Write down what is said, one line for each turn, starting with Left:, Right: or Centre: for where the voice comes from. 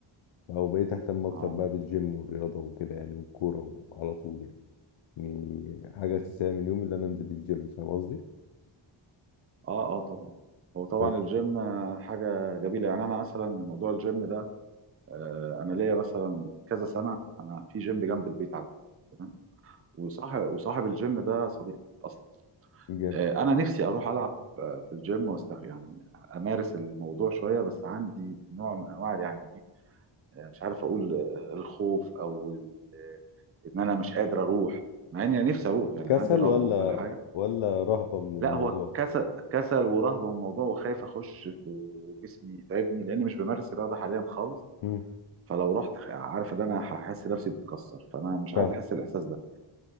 Left: او بقيت اهتم اكتر
Right: اه
Left: بقى بالجيم والرياضه وكده يعني والكوره على طول يعني يعني حاجه اساسيه من يومي ان انا انزل الجيم فاهم قصدي
Right: اه اه طبعا هو طبعا
Left: بس
Right: الجيم آه، حاجه جميله يعني انا مثلا موضوع الجيم ده آه، انا ليا مثلا كذا سنه انا في جيم جنب البيت عندي تمام وصاحب وصاحب الجيم ده صديقي اصلا
Left: امم
Right: آه، انا نفسي اروح العب آه، في الجيم واستغ يعني امارس الموضوع شويه بس عندي نوع من انواع يعني إيه، آه، مش عارف اقول آه، الخوف او ال- آه، ان انا مش قادر اروح مع اني نفسي اروح يعني
Left: كسل
Right: عندي الرغبه
Left: ولا
Right: وكل حاجه
Left: ولا رهبة من الموضوع
Right: لا هو كسل كسل ورهبه من الموضوع وخايف اخش في وجسمي يتعبني لان مش بمارس الرياضه حاليا خالص
Left: امم
Right: فلو رحت خ- عارف ان انا هحس نفسي بتكسر فانا مش
Left: فاهم
Right: عايز احس الاحساس ده